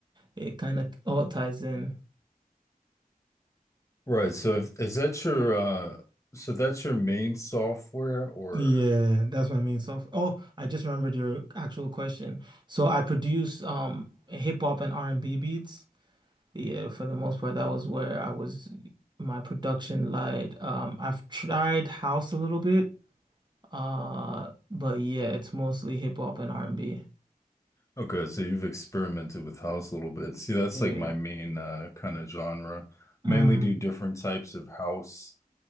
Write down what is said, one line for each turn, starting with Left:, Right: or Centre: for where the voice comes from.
Right: It kind of all ties in.
Left: Right. So if, is that your uh, so that's your main software or
Right: Yeah, that's my main stuff. Oh, I just remembered your actual question. So I produced um hip hop and R&B beats. Yeah, for the most part, that was where I was my production lied. Um, I've tried house a little bit, uh, but yeah, it's mostly hip hop and R&B.
Left: okay, so you've experimented with house a little bit. See, that's
Right: Yeah.
Left: like my main uh, kind of genre. Mainly
Right: Mm,
Left: do different types of house.